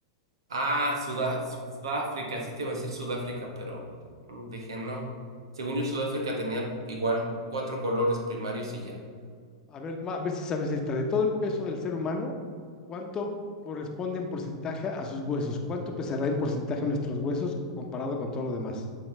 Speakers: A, on the right; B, on the left.
A: Ah, Sudá- Sudáfrica. Sí te iba a decir Sudáfrica, pero dije no. Según yo, Sudáfrica tenía igual cuatro colores primarios y ya.
B: A ver, ma- a ver si sabes esta. De todo el peso del ser humano, ¿cuánto corresponde en porcentaje a sus huesos? ¿Cuánto pesará en porcentaje nuestros huesos comparado con todo lo demás?